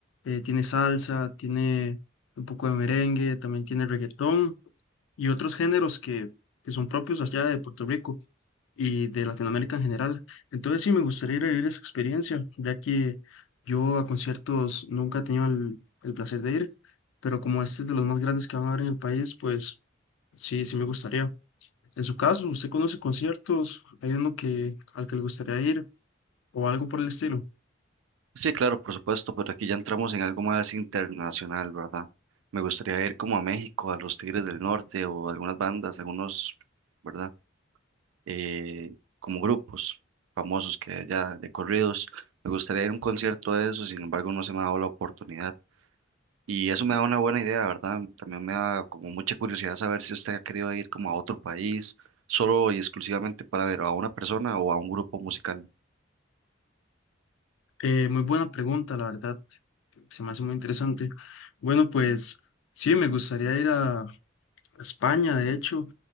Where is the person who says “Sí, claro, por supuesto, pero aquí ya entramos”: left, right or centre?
Right